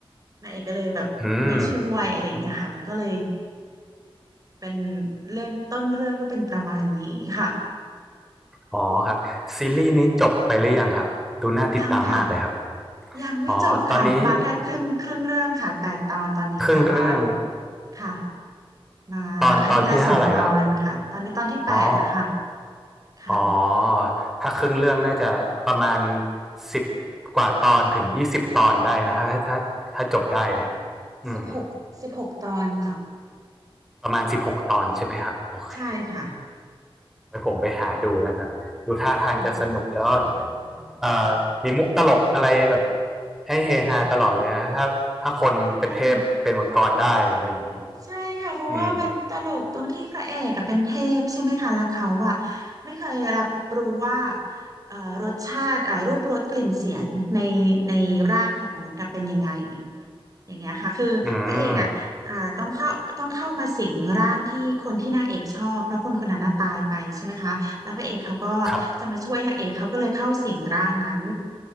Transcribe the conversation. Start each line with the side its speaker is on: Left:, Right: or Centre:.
Right: นางเอกก็เลยแบบไม่ช่วยอะไรอย่างเงี้ยค่ะมันก็เลย
Centre: อืม
Right: เป็นเรื่องต้นเรื่องก็เป็นประมาณนี้ค่ะ
Centre: อ๋อครับซีรีส์นี้จบไปหรือยังครับดูน่าติดตามมากเลยครับ
Right: ยังค่ะยังไม่จบค่ะมาแค่ครึ่งครึ่งเรื่องค่ะแปดตอนตอนนี้แปดตอน
Centre: อ๋อตอนนี้ครึ่งเรื่อง
Right: ค่ะมาอาทิตย์ละสองตอนค่ะตอนนี้ตอนที่แปดแล้วค่ะ
Centre: ตอนตอนที่เท่าไหร่แล้วครับ อ๋อ
Right: ค่ะ
Centre: อ๋อถ้าครึ่งเรื่องน่าจะประมาณสิบกว่าตอนถึงยี่สิบตอนได้นะครับถ้าถ้าถ้าจบได้เนี่ยอืม
Right: สิบหกสิบหกตอนค่ะ
Centre: ประมาณสิบหกตอนใช่ไหมครับโอเค
Right: ใช่ค่ะ
Centre: ไว้ผมไปหาดูนะครับดูท่าทางจะสนุกแล้วก็
Right: ค่ะ
Centre: เอ่อมีมุกตลกอะไรแบบให้เฮฮาตลอดเลยนะถ้าถ้าคนเป็นเทพเป็นมังกรได้อะไรอย่างนี้
Right: ใช่ค่ะใช่ค่ะเพราะว่ามันตลกตรงที่พระเอกอะเป็นเทพใช่ไหมคะแล้วเขาอะ
Centre: อืม
Right: ไม่เคยรับรู้ว่าเอ่อรสชาติเอ่อรูปรสกลิ่นเสียงในในร่างของมนุษย์อะเป็นยังไง อย่างเงี้ยค่ะคือพระเอกอ่ะอ่าต้องเข้าต้องเข้ามาสิงร่างที่คนที่นางเอกชอบเพราะคนคนนั้นน่ะตายไปใช่ไหมคะแล้วพระเอกเขาก็
Centre: อืมครับ
Right: จะมาช่วยนางเอกเขาก็เลยเข้าสิงร่างนั้น